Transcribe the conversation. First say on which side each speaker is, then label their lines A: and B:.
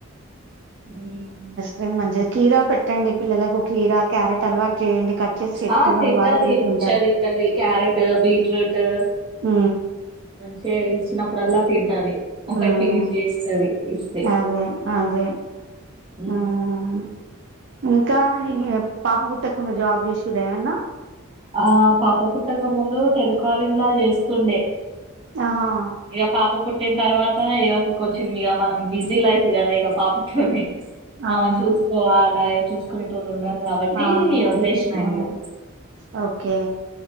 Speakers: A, on the right (about 25°); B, on the right (about 55°).
A: ఉ
B: జే మంచిది కీరా పెట్టండి పిల్లలకు కీరా క్యారెట్ అలవాటు చేయండి కట్ చేసి చేతికి
A: ఆ
B: ఇవ్వండి
A: తింటది
B: వాళ్ళే తింటూ
A: మంచి
B: ఉంటారు
A: గా తింటది క్యారెటు, బీట్రూటు
B: ఉ
A: మంచి గా ఇచ్చినప్పుడు అల్లా తింటది ఒకటి
B: ఉమ్
A: ఫినిష్ చేస్తాది ఇస్తే
B: అదే అదే
A: ఉ
B: ఉమ్ ఇంకా ఇగ పాప పుట్టక ముందు జాబ్ చేసిర్రా ఏమన్నా
A: ఆ పాప పుట్టక ముందు టెలికాలింగ్ లా చేస్తుండే
B: ఆహా
A: ఇగ పాప పుట్టిన తర్వాత ఇగా కొంచెం ఇగా మనం బిజీ లైఫ్ కదా ఇగా పాపతోనే ఆమెను
B: అవును
A: చూసుకోవాల ఏ చూస్ పట్టుకునేటోళ్లు ఉండారు కాబట్టి
B: అవును
A: వదిలేసినాయి
B: అవును
A: ఇగా
B: ఓకే